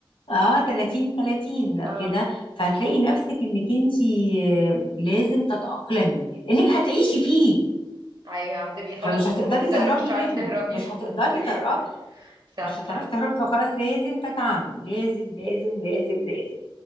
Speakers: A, on the left; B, on the right.
A: آه، 30 30 بقى
B: اه
A: كده فهتلاقي نفسك انك انت آه، لازم تتاقلمي لانك هتعيشي فيه
B: ايوه هتبقي خلاص
A: فمش
B: انت
A: هتقدري
B: مضطرة
A: تهربي
B: مش هتعرفي
A: منه
B: تهربي
A: مش هتقدري
B: <laughs> ايوه
A: تهربي
B: صح
A: مش هتعرفي
B: صح
A: تهربي فخلاص لازم تتعاملي لازم لازم لازم لازم